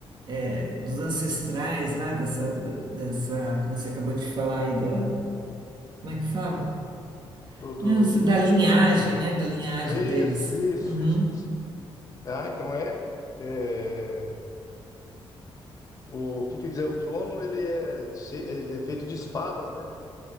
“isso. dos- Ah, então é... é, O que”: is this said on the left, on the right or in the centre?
Left